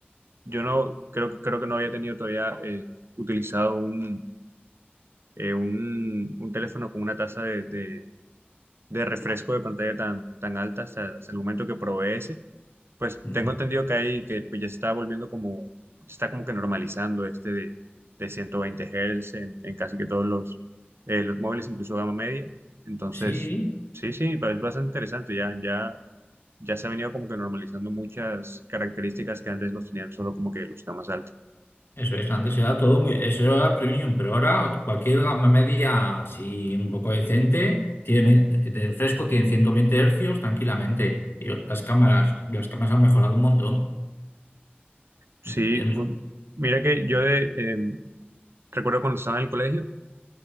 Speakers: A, on the right (about 80°); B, on the left (about 70°).
A: Yo no creo que creo que no había tenido todavía eh, utilizado un, eh, un, un teléfono con una tasa de, de- de refresco de pantalla tan, tan alta hasta, hasta el momento que probé ese. Pues
B: Mm,
A: tengo entendido que hay que pues, ya está volviendo como, está como que normalizando este de, de 120 Hz en, en casi que todos los, eh, los móviles, incluso gama media. Entonces,
B: Sí.
A: sí, sí, es bastante interesante. Ya, ya, ya se ha venido como que normalizando muchas características que antes los tenían solo como que los gamas altas.
B: Eso es, antes era todo muy, eso era premium, pero ahora cualquier gama media, si un poco decente, tiene, de fresco tiene 120 hercios tranquilamente. Y las cámaras, las cámaras han mejorado un montón.
A: Sí,
B: Y en-
A: bu- mira que yo de, em, recuerdo cuando estaba en el colegio,